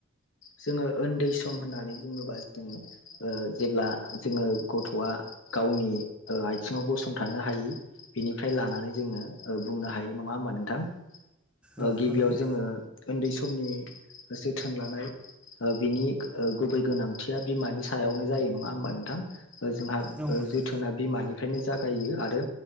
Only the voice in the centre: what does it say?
औ
थारैनो
औ
नोंथां।